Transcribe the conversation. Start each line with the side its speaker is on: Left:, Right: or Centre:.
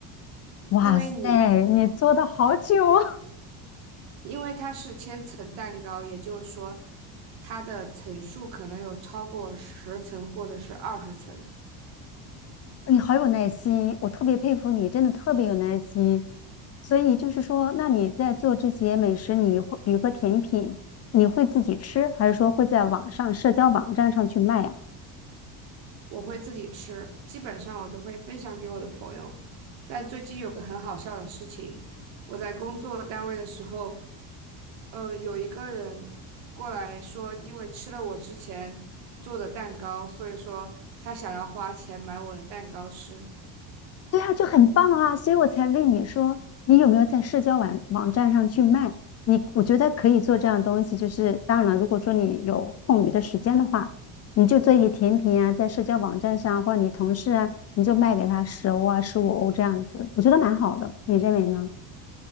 Left: 哇塞，
Right: 因为你
Left: 你做的好久啊，
Right: 因为它是千层蛋糕，也就是说它的层数可能有超过十层或者是二十层。
Left: <laughs> 你好有耐心，我特别佩服你，真的特别有耐心。所以就是说，那你在做这些美食，你会比如说甜品，你会自己吃，还是说会在网上社交网站上去卖呀？
Right: 我会自己吃，基本上我都会分享给我的朋友。但最近有个很好笑的事情，我在工作单位的时候，呃，有一个人过来说，因为吃了我之前做的蛋糕，所以说他想要花钱买我的蛋糕吃。
Left: 对啊，就很棒啊，所以我才问你说，你有没有在社交网网站上去卖？你我觉得可以做这样的东西，就是当然了，如果说你有空余的时间的话，你就做一些甜品啊，在社交网站上或者你同事啊，你就卖给他十欧啊、十五欧这样子，我觉得蛮好的，你认为呢？